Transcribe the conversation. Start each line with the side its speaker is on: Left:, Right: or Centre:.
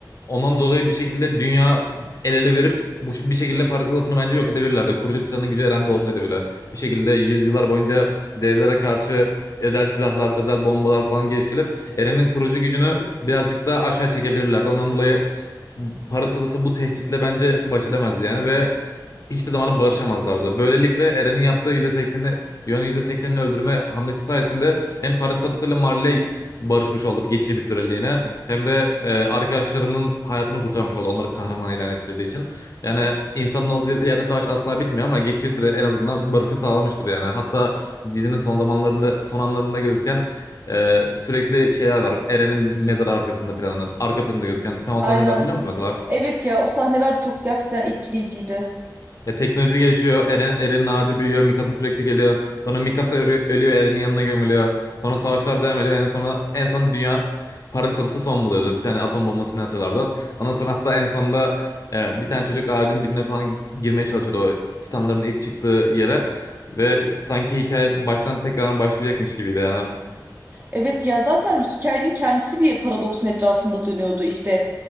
Left: Ondan dolayı bir şekilde dünya el ele verip bu, bir şekilde Paradis Adası'nı bence yok edebilirlerdi. Kurucu Titan'ın gücü Eren'de olsaydı bile. Bir şekilde yüzyıllar boyunca devlere karşı özel silahlar, özel bombalar falan geliştirilip Eren'in kurucu gücünü birazcık da aşağı çekebilirlerdi. Ondan dolayı Paradis Adası bu tehditle bence baş edemezdi yani ve hiçbir zaman barışamazlardı. Böylelikle Eren'in yaptığı %80'i, Yuan'ın %80'ini öldürme hamlesi sayesinde hem Paris adasıyla Marley barışmış oldu geçici bir süreliğine hem de e, arkadaşlarının hayatını kurtarmış oldu onları kahraman ilan ettirdiği için. Yani insanın olduğu yerde savaş asla bitmiyor ama geçici süre en azından barışı sağlamıştır yani. Hatta dizinin son zamanlarında son anlarında gözüken e, sürekli şeyler var. Eren'in mezarı arkasında planının arka planında gözüken sen o
Right: Aynen.
Left: sahneleri hatırlıyor musun mesela?
Right: Evet ya o sahneler de çok gerçekten etkileyiciydi.
Left: Ya teknoloji gelişiyor. Eren, Eren'in ağacı büyüyor. Mikasa sürekli geliyor. Sonra Mikasa ölü- ölüyor. Eren'in yanına gömülüyor. Sonra savaşlar devam ediyor. En sona en son dünya Paris adası son buluyordu. Bir tane atom bombası mı ne atıyorlardı. Ondan sonra hatta en sonunda e, bir tane çocuk ağacın dibine falan girmeye çalışıyordu. O Titanların ilk çıktığı yere. Ve sanki hikaye baştan tekrar başlayacakmış gibiydi yani.
Right: Evet ya zaten hikayenin kendisi bir paradoksun etrafında dönüyordu. işte